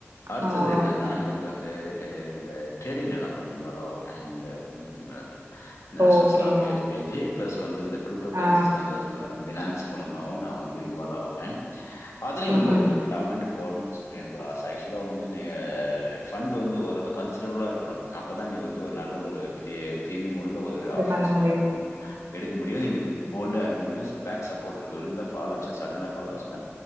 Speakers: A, on the left; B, on the right.
A: அடுத்தது
B: ஆ
A: என்னென்னா
B: ஓகே
A: எனக்கு வந்து ஆ இந்த ட்ரேடிங்ல நா கொஞ்சம் இன்வால்வ் ஆவே அந்த ஆ நேஷனல்
B: ஓகேங்க
A: ஸ்டாக் எக்ஸ்சேஞ்சு பிளஸ் வந்து இந்த கிரிப்டோ கரன்சிஸ்ல
B: ஆ
A: அந்த பினான்ஸ் மூலமாவு நா வந்து இன்வால்வ் ஆவே அதுலயு
B: ம்
A: வந்து
B: ம்
A: ஒரு குறிப்பிட்ட அமௌன்ட் போடணுன்னு சொல்ட்டு எனக்கு ஒரு ஆச ஆக்சுவலா வந்து நீங்க ஃபண்ட் வந்து ஓரளவுக் கன்சிடெரபுலா இருக்கணு அப்பதா நீங்க வந்து ஒரு நல்ல ஒரு ஆஹ் பிரீ பிரீமியம் <unintelligible> உள்ள ஒரு
B: இது
A: ஆப்ஷன்ஸ்லா
B: பண்ண முடியும்
A: <unintelligible> எடுக்க முடியு நீங்க போல்டா இருக்க முடியு பேக் சப் போட்ருக்கு விழுந்தா ஃபால் ஆச்சுன்னா சடனா ஃபால் ஆச்சுனா